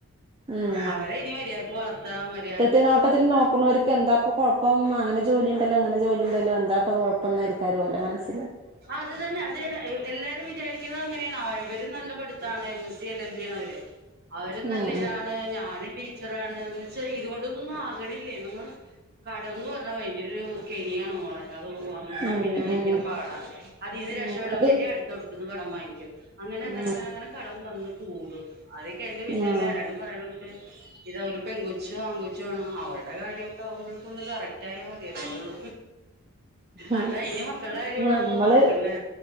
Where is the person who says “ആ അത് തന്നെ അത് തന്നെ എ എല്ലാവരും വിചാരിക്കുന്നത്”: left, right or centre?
Right